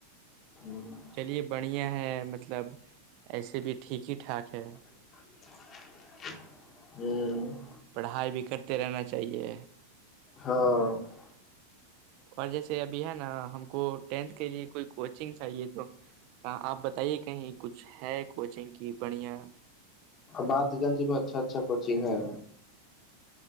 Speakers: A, on the left (about 30°); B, on the right (about 45°).
A: ہوں
B: چلیے بڑھیا ہے مطلب ایسے بھی ٹھیک ہی ٹھاک ہے
A: ہ
B: پڑھائی بھی کرتے رہنا چاہیے
A: ہ ہاں
B: اور جیسے ابھی ہے نا ہم کو ٹینتھ کے لیے کوئی کوچنگ چاہیے تو کہاں آپ بتائیے کہیں کچھ ہے کوچنگ کی بڑھیا
A: باد گنج میں اچھا اچھا کوچنگ ہے